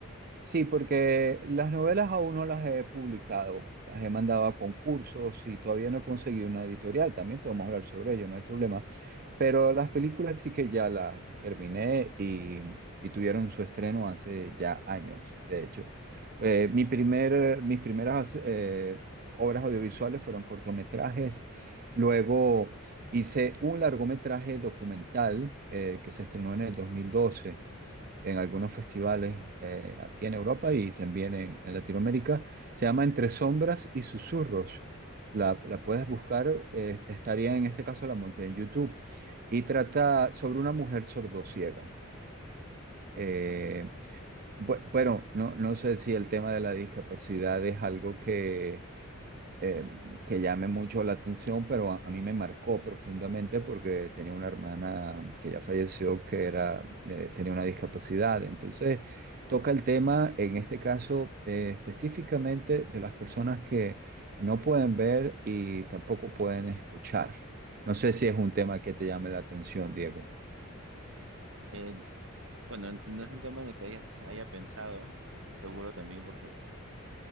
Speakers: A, on the right; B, on the right.
A: sí, porque las novelas aún no las he publicado, las he mandado a concursos y todavía no he conseguido una editorial, también podemos hablar sobre ello, no hay problema. Pero las películas sí que ya las, las terminé y, y tuvieron su estreno hace ya años, de hecho. Eh, mi primer, mis primeras eh, obras audiovisuales fueron cortometrajes. Luego hice un largometraje documental eh, que se estrenó en el 2012 en algunos festivales eh, aquí en Europa y también en, en Latinoamérica. Se llama Entre sombras y susurros. La, la puedes
B: sí.
A: buscar, eh, estaría en este caso la monté en YouTube. Y trata sobre una mujer sordociega. Eh,
B: Mm.
A: bu- bueno, no, no sé si el tema de la discapacidad es algo que eh, que llame mucho la atención, pero a, a mí me marcó profundamente porque tenía una hermana que ya falleció que era, eh, tenía una discapacidad. Entonces, toca el tema, en este caso, eh, específicamente de las personas que no pueden ver y tampoco pueden escuchar. No sé si es un tema que te llame la atención, Diego.
B: Eh, bueno, no es un tema en el que hayas- haya pensado, eh, seguro también porque